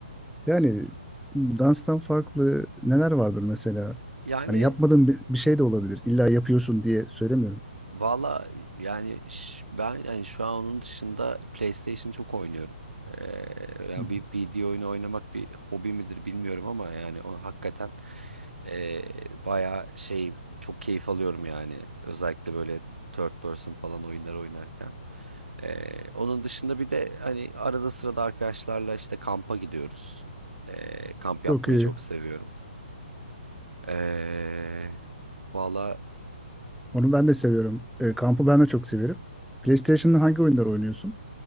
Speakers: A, in the centre; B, on the right.
A: Yani danstan farklı neler vardır mesela?
B: Yani
A: Hani yapmadığın bir, bir şey de olabilir. İlla yapıyorsun diye söylemiyorum.
B: Valla yani ş- ben yani şu an onun dışında PlayStation çok oynuyorum. Ee, yani
A: Hı hı.
B: bir video oyunu oynamak bir hobi midir bilmiyorum ama yani o hakikaten ee, bayağı şey çok keyif alıyorum yani. Özellikle böyle third person falan oyunlar oynarken. Ee, onun dışında bir de hani arada sırada arkadaşlarla işte kampa gidiyoruz. Ee, kamp yapmayı
A: Çok iyi.
B: çok seviyorum. Ee, valla
A: Onu ben de seviyorum. E, kampı ben de çok severim. PlayStation'da hangi oyunlar oynuyorsun?